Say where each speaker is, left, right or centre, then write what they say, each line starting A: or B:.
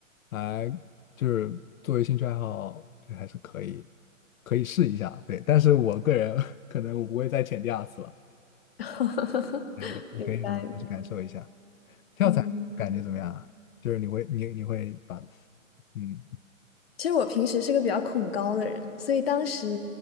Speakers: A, on the left; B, on the left.
A: 还就是作为兴趣爱好，这还是可以可以试一下。对，但是我个人 <laughs> 可能我不会再潜第二次了。
B: <laughs>
A: 对对，你可以什么时候去感受一下。
B: 明白。
A: 跳伞感觉怎么样啊？
B: 嗯，
A: 就是你会你你会把嗯
B: 其实我平时是个比较恐高的人，所以当时